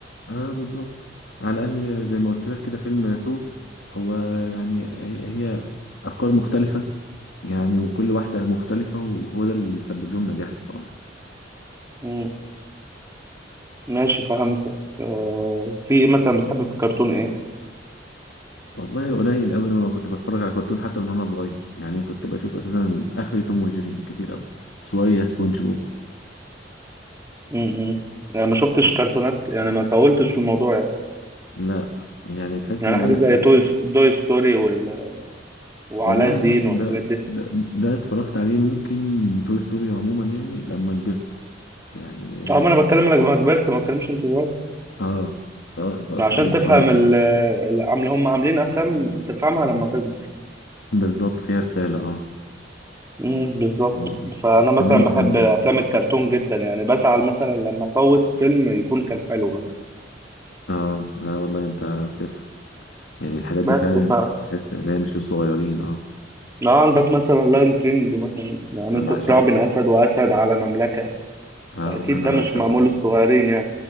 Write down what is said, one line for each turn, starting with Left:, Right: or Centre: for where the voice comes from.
Left: اه بالظبط على الاقل زي ما قلت لك كده فيلم سو هو يعني هي هي افكار مختلفه يعني وكل واحدة مختلفة وهو ده اللي سبب لهم نجاح بصراحة
Right: مم. ماشي فهمتك آه في ايه مثلا بتحب في الكرتون ايه
Left: والله قليل قوي لما كنت بتفرج على كرتون حتى من وانا صغير يعني كنت بشوف اساسا اخري توم وجيري بالكتير قوي شوية سبونج بوب
Right: مم. يعني ما شفتش كرتونات يعني ما طولتش في الموضوع يعني
Left: لا يعني تحس
Right: يعني
Left: ان
Right: حاجه
Left: انا
Right: زي
Left: إيه
Right: توي دوي ستوري وال... وعلاء
Left: والله
Right: الدين
Left: بص
Right: والحاجات
Left: ده
Right: دي
Left: ده ده اتفرجت عليه ممكن توي ستوري عموما يعني لما كبرت يعني
Right: اه
Left: اه
Right: ما انا بتكلم لك لما كبرت ما بتكلمش انت صغير
Left: آه، فاتفرجت
Right: عشان
Left: عليه
Right: تفهم
Left: شوية كده
Right: ال... ال- عم- هم عاملين افلام تفهمها لما تكبر
Left: بالظبط فيها رسالة اه
Right: امم بالظبط
Left: و-
Right: فانا
Left: وكمان
Right: مثلا
Left: فيلم
Right: بحب
Left: الفار
Right: افلام
Left: الطباخ
Right: الكرتون جدا يعني بزعل مثلا لما افوت فيلم يكون كان حلو مثلا
Left: اه لا والله انت بتفهم يعني الحاجات دي
Right: بس
Left: فعلا
Right: ف
Left: تحس ان هي مش للصغيرين اه
Right: لو عندك مثلا لاين كينج مثلا يعني
Left: انا
Right: انت
Left: بعشقه
Right: صراع بين اسد واسد على مملكه
Left: اه
Right: فاكيد
Left: لا انا
Right: ده
Left: بعشقه
Right: مش معمول
Left: ده
Right: للصغيرين
Left: <laughs>
Right: يعني